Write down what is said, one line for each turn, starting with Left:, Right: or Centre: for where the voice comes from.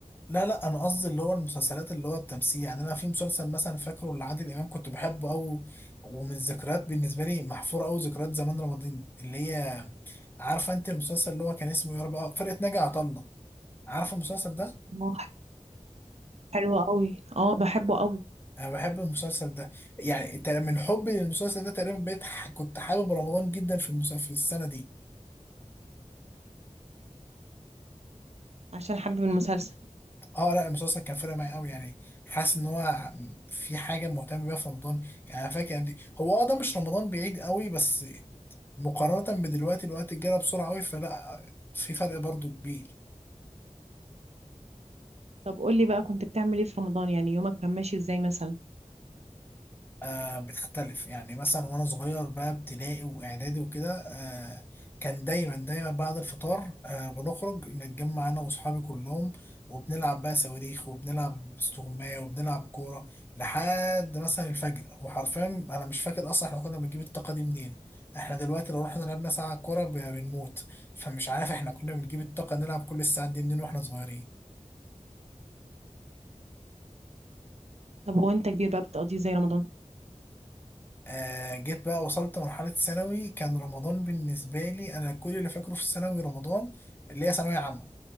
Left: لا لا أنا قصدي اللي هو المسلسلات اللي هو التمثيل يعني أنا في مسلسل مثلا فاكره لعادل إمام كنت بحبه أوي ومن الذكريات بالنسبة لي محفورة أوي ذكريات زمان رمضان اللي هي عارفة أنت المسلسل اللي هو كان اسمه يا رب فرقة ناجي عطا الله عارف المسلسل ده
Right: اه حلوة قوي اه بحبه قوي
Left: انا بحب المسلسل ده يعني تا- من حبي للمسلسل ده تقريبا بقيت ح- كنت حابب رمضان جدا في المسلسل في السنه دي
Right: عشان حابب المسلسل
Left: اه لا المسلسل كان فارق معايا قوي يعني حاسس ان هو في حاجه مهتم بيها في رمضان يعني انا فاكر دي هو اه ده مش رمضان بعيد قوي بس مقارنه بدلوقتي الوقت جرى بسرعه قوي فلا في فرق برضو كبير
Right: طب قولي بقى كنت بتعمل ايه في رمضان يعني يومك كان ماشي ازاي مثلا
Left: آه بتختلف يعني مثلا وانا صغير بقى ابتدائي واعدادي وكده آه كان دايما دايما بعد الفطار آه بنخرج نتجمع انا واصحابي كلهم وبنلعب بقى صواريخ وبنلعب استغماية وبنلعب كورة لحد مثلا الفجر وحرفيا انا مش فاكر اصلا احنا كنا بنجيب الطاقة دي منين احنا دلوقتي لو رحنا لعبنا ساعة كورة ب- بنموت فمش عارف احنا كنا بنجيب الطاقة نلعب كل الساعات دي منين واحنا صغيرين
Right: طب وانت كبير بقى بتقضيه ازاي رمضان
Left: آه جيت بقى وصلت مرحلة ثانوي كان رمضان بالنسبة لي أنا كل اللي فاكره في الثانوي رمضان اللي هي ثانوية عامة